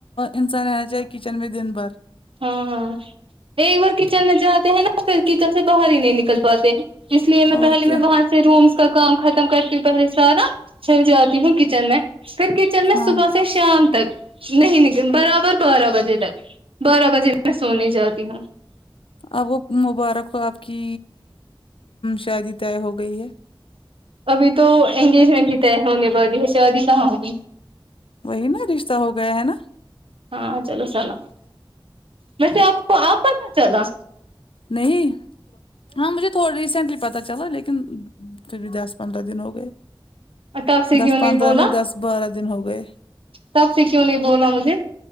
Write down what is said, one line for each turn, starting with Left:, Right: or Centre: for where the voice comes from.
Left: انسان آنا چاہے کچن میں دن بھر
Right: ہاں ایک بار کچن میں جاتے ہیں نا پھر کچن سے باہر ہی نہیں نکل پاتے اس لیے میں
Left: اور
Right: پہلے
Left: کیا
Right: میں وہاں سے رومس کا کام ختم کرتی ہوں پہلے سارا پھر جاتی ہوں کچن میں پھر کچن میں
Left: ہاں
Right: صبح فھر شام تک نہیں نکل برابر بارہ بجے تک بارہ بجے میں سونے جاتی ہوں
Left: آ وہ مبارک آپ کی شادی طے ہو گئی ہے
Right: ابھی تو انگیجمنٹ ہی طے ہونے والی ہے شادی کہاں ہوگی
Left: وہی نا رشتہ ہو گیا ہے نا
Right: ہاں چلو السلام ویسے آپ کو آپ پتا چلا
Left: نہیں ہاں مجھے تو ریسینٹلی پتا چلا لیکن پھر بھی دس پندرہ دن ہو گئے
Right: تب سے
Left: دس
Right: کیوں
Left: پندرہ
Right: بولا
Left: نہیں دس بارہ دن ہو گئے
Right: تب سے کیوں نہیں بولا مجھے